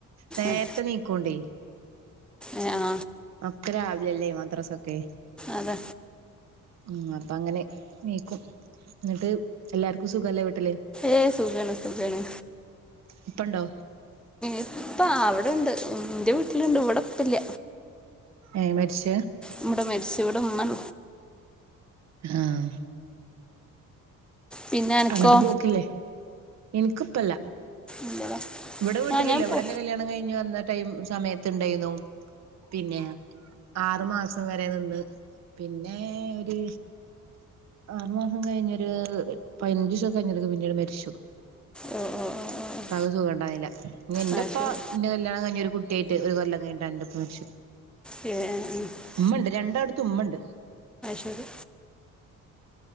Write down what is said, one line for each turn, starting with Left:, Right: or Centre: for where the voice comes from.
Right: നേരത്തെ
Centre: ഉം.
Right: നീക്കോണ്ടേ
Centre: ഏ ആ
Right: അത്ര ആാവില്ലല്ലേ മദ്രാസൊക്കെ
Centre: അത
Right: ഉ അപ്പ അങ്ങനെ നീക്കും എന്നിട്ട് എല്ലാർക്കും സുഖല്ലേ വീട്ടല്
Centre: ഏയ് സുഖേണ സുഖേണ്
Right: ഇപ്പണ്ടോ
Centre: ഇപ്പ അവിടെണ്ട് എന്റെ വീട്ടിലിണ്ട് ഇവിടെപ്പില്ല
Right: ഏ മരിച്ച
Centre: ഇവിടെ മരിച്ച ഇവിടെ ഉമ്മന
Right: ആഹ
Centre: പിന്നെ എനിക്കോ
Right: അങ്ങോട്ട് പോക്കില്ലേ എനിക്കിപ്പല്ല
Centre: ഇല്ലടാ
Right: ഇവിടെ വീട്ടിലല്ലോ
Centre: ആ ഞാൻ
Right: എവിടെന്റെ
Centre: പോ
Right: കല്യാണം കഴിഞ്ഞ്ഞു വന്നിട്ട് സമയത്ത് ഉണ്ടായിരുന്നു പിന്നെ ആറു മാസം വരെ നിന്ന് പിന്നെ ഒരു ആറു മാസം കഴിഞ്ഞരു പതിനഞ്ച് ദസം കഴിഞ്ഞൊക്കെ പിന്നീട് മരിച്ചു
Centre: ഓ ഓ ഓ ഓ
Right: അപ്പ അത് സുഖംണ്ടാന്നുന്നില്ല ഇ എന്റെപ്പാ
Centre: ആ ശരി
Right: നിന്റെ കല്യാണം കഴഞ്ഞ ഒരു കുട്ടിയായിട്ട് ഒരു കൊല്ം കഴിഞ്ഞിട്ട എന്റെപ്പ മരിച്ചു
Centre: അത്
Right: ഉമ്മുണ്ട് രണ്ടാടത്ത ഉമ്മുണ്ട്
Centre: ശരി